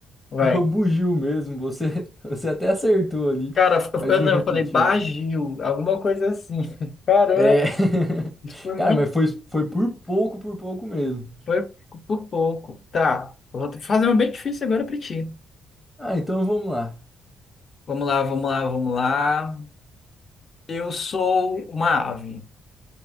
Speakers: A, on the left; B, on the left.
A: Vai.
B: É o bugio mesmo. Você, <laughs> você até acertou ali,
A: Cara, eu,
B: mas
A: eu
B: não
A: não,
B: repetiu.
A: eu falei Bagio, alguma coisa assim. <laughs> Caramba,
B: É. <laughs>
A: isso foi
B: Cara,
A: muito,
B: mas foi, foi por pouco, por pouco mesmo.
A: foi por pouco. Tá, eu vou fazer uma bem difícil agora pra ti.
B: Ah, então vamos lá.
A: Vamos lá, vamos lá, vamos lá. Eu sou uma ave.